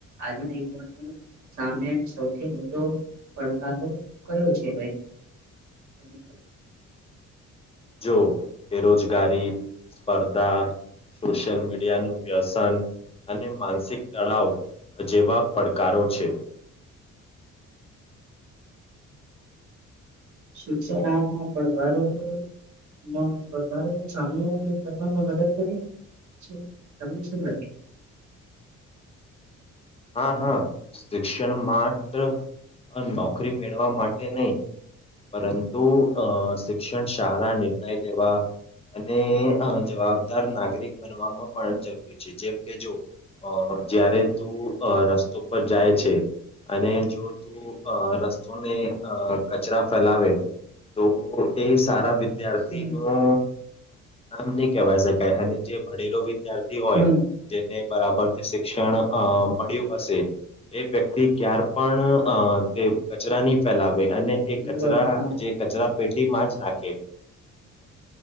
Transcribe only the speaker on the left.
જો બેરોજગારી, સ્પર્ધા સોશિયલ મીડિયાનુ વ્યસન અને માનસિક તળાવ જેવા પડકારો છે. <inaudible>
હા હા શિક્ષણ માત્ર નોકરી મેળવા માટે નહી પરંતુ અ શિક્ષણ શાળા નિર્ણય લેવા અને જવાબદાર નાગરિક બનવામાં પણ જરૂરી છે જેમ કે જો અ જયારે તું રસ્તો પર જાય છે અને જો તું રસ્તોને અ કચરા ફેલાવે તો એ સારા વિદ્યાર્થી
ન અ આમ નહી કેવાય શકાય અને જે ભણેલો વિદ્યાર્થી હોય
જેને બરાબર શિક્ષણ અ મળ્યું હશે એ વ્યક્તિ ક્યાર પણ અ તે કચરા નહી ફેલાવે અને એ કચરા
જે કચરા પેટીમાં જ નાખે.